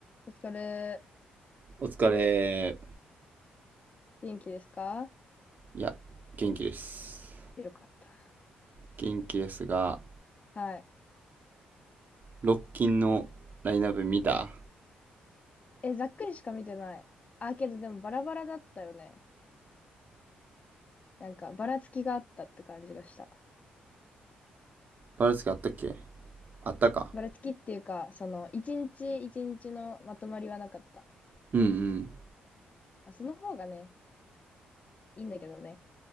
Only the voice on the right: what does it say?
お疲れ。
いや、元気です。
元気ですが、
ロッキンのラインナップ見た
バルスケあったっけあったか。
うんうん。